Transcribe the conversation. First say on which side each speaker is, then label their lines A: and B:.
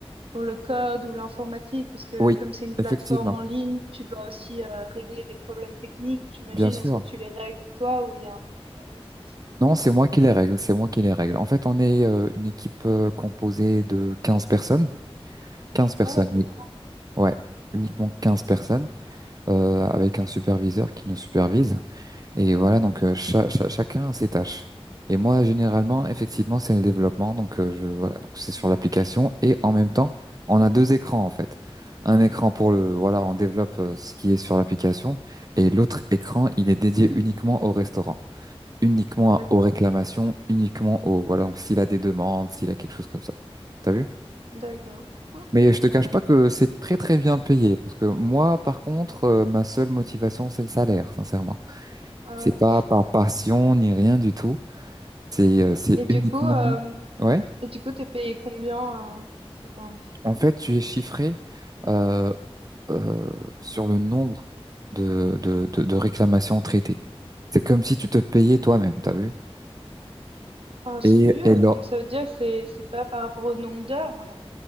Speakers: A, on the right (about 65°); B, on the right (about 40°).
A: pour le code ou l'informatique? Parce que
B: Oui,
A: comme c'est une plateforme
B: effectivement,
A: en ligne, tu dois aussi, heu, régler des problèmes techniques, j'imagine.
B: bien sûr.
A: Est-ce que tu les règles toi ou il y a un service qui s'en occupe?
B: Non, c'est moi qui les règle, c'est moi qui les règle. En fait, on est euh, une équipe euh, composée de 15 personnes. quinze personnes,
A: Ah ouais, c'est
B: oui.
A: grand.
B: Ouais, uniquement 15 personnes, euh, avec un superviseur qui nous supervise. Et voilà,
A: Mmh
B: donc euh,
A: mh.
B: cha- cha- chacun a ses tâches. Et moi, généralement, effectivement, c'est le développement. Donc, euh, je, voilà, donc c'est sur l'application. Et en même temps, on a deux écrans, en fait. Un écran pour le,
A: Mmh
B: voilà, on développe euh, ce qui est sur l'application. Et l'autre écran, il est dédié uniquement au restaurant. uniquement
A: D'accord.
B: aux réclamations, uniquement aux... Voilà, donc s'il a des demandes, s'il a quelque chose comme ça. T'as vu?
A: D'accord. OK,
B: Mais je te cache
A: ça a l'air
B: pas que c'est très très bien payé, parce que moi, par contre, euh, ma seule motivation, c'est le salaire, sincèrement.
A: ah
B: C'est
A: ouais.
B: pas par passion ni rien du tout. C'est euh, c'est
A: Et du
B: uniquement...
A: coup, euh,
B: <laughs> Ouais.
A: et du coup, t'es payé combien, euh, si c'est pas indiscret?
B: En fait, tu es chiffré euh, euh, sur le nombre de, de, de, de réclamations traitées. C'est comme si tu te payais toi-même, t'as vu?
A: Ah, c'est
B: Et,
A: dur.
B: et là...
A: Donc ça veut dire que c'est c'est pas par rapport au nombre d'heures, alors.